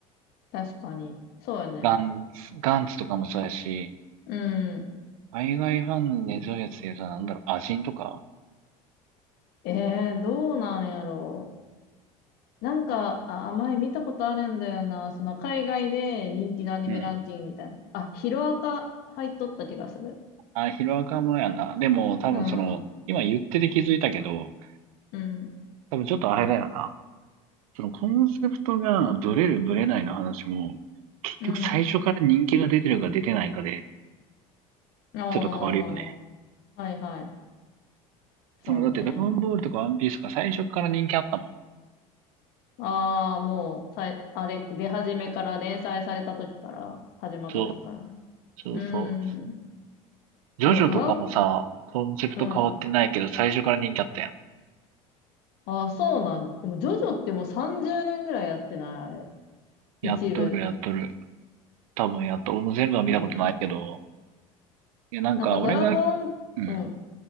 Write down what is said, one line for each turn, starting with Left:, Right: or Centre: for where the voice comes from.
Left: 確かに。そうよね。
Right: ガンツ、ガンツとかもそうやし、
Left: うん。
Right: 海外ファンに根強いやつで言うとなんだろう、アジンとか
Left: えー、どうなんやろう。なんか、あ、前見たことあるんだよな。その海外で人気のアニメランキングみたいな。
Right: うん。
Left: あ、ヒロアカ入っとった気がする。
Right: あ、ヒロアカもやな。でも、多分その、
Left: うん
Right: 今言ってて気づいたけど、
Left: うん、
Right: 多分ちょっとあれだよな。そのコンセプトがブレるブレないの話も、結局最初から人気が出てるか出てないかで、
Left: うん。ああ、
Right: ちょっと変わるよね。
Left: はいはい。そうね。
Right: その、だってドラゴンボールとかワンピースとか最初から人気あったもん。
Left: ああ、もう、さい、あれ、出始めから、連載された時から、始まった時からね。
Right: そう、そうそう。
Left: うーん。
Right: ジョジョとかもさ、
Left: でもドラ、う
Right: コンセプト変わってないけど、
Left: ん。
Right: 最初から人気あったやん。
Left: ああ、そうなん。でも、ジョジョってもう30年ぐらいやってない、あれ。
Right: やっとる、
Left: 一部で。
Right: やっとる。多分やっと、俺も全部は見たことないけど、
Left: ああ
Right: いや、なんか俺が、
Left: なんか、ドラゴン、
Right: うん、
Left: うん。